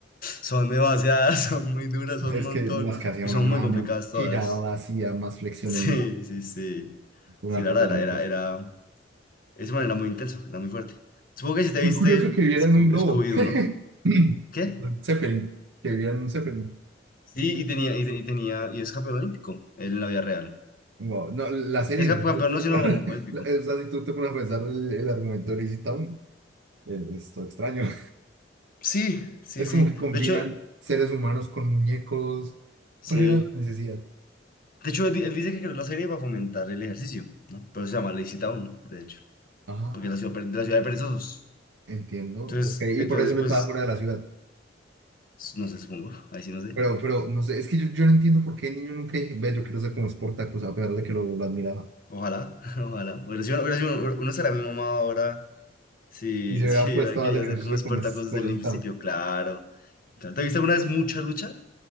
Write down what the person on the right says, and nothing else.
Es
que las que hacía
una
mano,
giraba,
hacía más flexiones,
no,
una
cosa
de locos.
Muy
curioso que vieran
un globo.
<laughs>
Un Zeppelin, que vieran un Zeppelin.
Wow. No, la serie,
la serie
es muy
rara. <laughs>
La- O sea, si tú te pones a pensar el, el argumento de Lizzie Town, es, es todo extraño. <laughs>
Es
como que combinan
seres humanos con muñecos.
¿Cuál era la necesidad?
Ah,
entiendo. Ok,
y
por eso le
estaba fuera de la ciudad.
Pero, pero, no sé, es que yo, yo no entiendo por qué el niño nunca dije, ve, yo quiero ser como Sportacus, a pesar de que lo, lo admiraba.
Y se hubiera
puesto
a hacer ejercicio
con, es- con
Lizzie
Town.